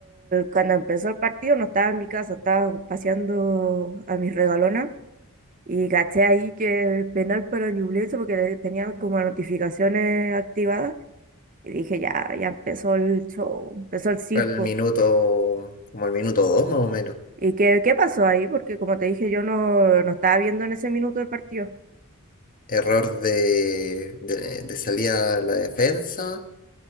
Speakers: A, on the right; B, on the left.
A: cuando empezó el partido no estaba en mi casa, estaba paseando a mis regalonas y caché ahí que penal para Ñublense porque tenía como las notificaciones activadas y dije, ya, ya empezó el show, empezó el circo.
B: Fue el minuto, como el minuto dos más o menos.
A: ¿Y qué, qué pasó ahí? Porque como te dije, yo no, no estaba viendo en ese minuto del partido.
B: Error de, de, de salida a la defensa.